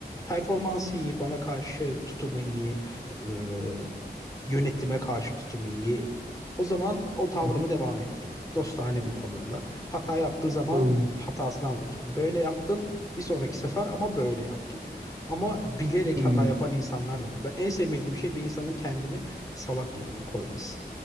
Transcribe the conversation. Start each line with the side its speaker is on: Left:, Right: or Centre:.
Left: Performansı iyi, bana karşı tutumu iyi, e, yönetime karşı tutumu iyi. O zaman o tavrımı
Right: Hı hı.
Left: devam ettiriyorum. Dostane bir tavırla. Hata yaptığı zaman
Right: Anladım.
Left: hatasını anlatıyorum. Böyle yaptın, bir sonraki sefer ama böyle yap gibi. Ama bilerek
Right: Hmm.
Left: hata yapan insanlar da var. Ben en sevmediğim şey bir insanın kendini salak yerine koyması.